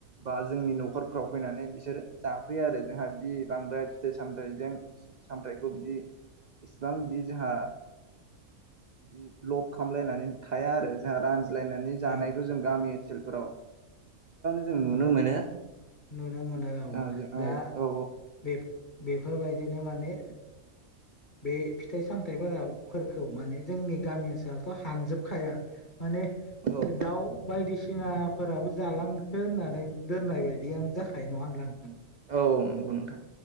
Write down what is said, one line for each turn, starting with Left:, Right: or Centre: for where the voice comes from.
Right: बा जोंनि न'खरफ्राव फैनानै बिसोर जाफैयो आरो जोंहा बिदि बांद्राय फिथाइ सामथायाइजों। सामथायखौ बिदि इसेबां बिदि जोंहा। बिदि लब खालामलायनानै थाया आरो जों रान लायनानै जानायखौ
Left: औ
Right: जों गामि ओनसोलफोराव जों नुनो
Left: नुनो
Right: मोनो
Left: मोनो औ
Right: जोंहा जों औ
Left: दा
Right: औ
Left: बे बेफोर बायदिनो माने बे फिथाइ सामथायाइफोरखौ माने जोंनि गामि ओनसोलावथ' हानजोबखाया। माने
Right: औ
Left: दाउ बायदिसिनाफोराबो जालां। थो होननानै दोननाय बायदियानो जाखायो नङा होनब्ला नोंथां।
Right: औ नंगौ नोंथां।